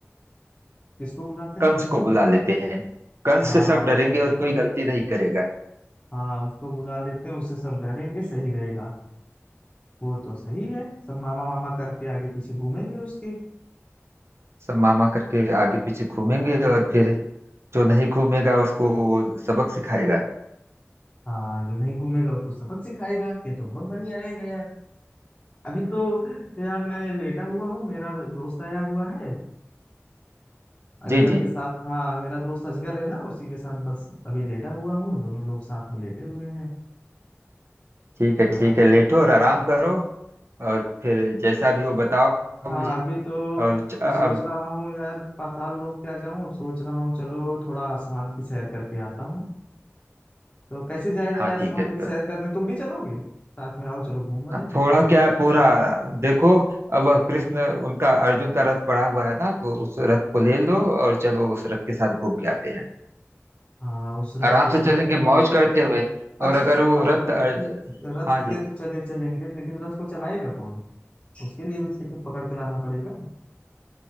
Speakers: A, on the left; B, on the right.
A: किसको बुलाते
B: कंस
A: हैं
B: को बुला लेते हैं कंस
A: हाँ
B: से सब डरेंगे और कोई गलती नहीं करेगा
A: हाँ उसको बुला लेते हैं उससे सब डरेंगे सही रहेगा वो तो सही है सब मामा मामा करके आगे पीछे घूमेंगे उसके
B: सब मामा करके आगे पीछे घूमेंगे और फिर जो नहीं घूमेगा उसको वो सबक सिखाएगा
A: हाँ जो नहीं घूमेगा उसको सबक सिखाएगा ये तो बहुत बढ़िया रहेगा यार अभी तो यार मैं लेटा हुआ हूँ मेरा दोस्त आया हुआ है अजगर
B: जी जी
A: के साथ हाँ मेरा दोस्त अजगर है ना उसी के साथ बस अभी लेटा हुआ हूँ दोनों लोग साथ में लेटे हुए हैं
B: ठीक है
A: हाँ
B: ठीक है लेटो और आराम करो और फिर जैसा भी हो बताओ
A: हाँ
B: मुझे
A: अभी तो
B: और च- अब
A: मैं सोच रहा हूँ यार पाताल लोक क्या जाऊँ अब सोच रहा हूँ चलो थोड़ा आसमान की सैर करके आता हूँ तो कैसे जाएगा
B: हाँ
A: ये आसमान
B: ठीक है
A: की
B: तो
A: सैर करने तुम भी चलोगे साथ में आओ चलो घूम आए
B: अब थोड़ा क्या है पूरा देखो अब वह कृष्ण उनका अर्जुन का रथ पड़ा हुआ है ना तो उस रथ को ले लो और चलो उस रथ के साथ घूम के आते हैं
A: हाँ उस रथ
B: आराम
A: के
B: से
A: साथ
B: चलेंगे मौज करते हुए
A: अच्छा
B: और अगर
A: ये बताओ
B: वो रथ
A: चलो
B: अर्ज...
A: ठीक रथ
B: हाँ
A: से
B: जी
A: तो चले चलेंगे लेकिन रथ को चलाएगा कौन उसके लिए भी किसी को पकड़ के लाना पड़ेगा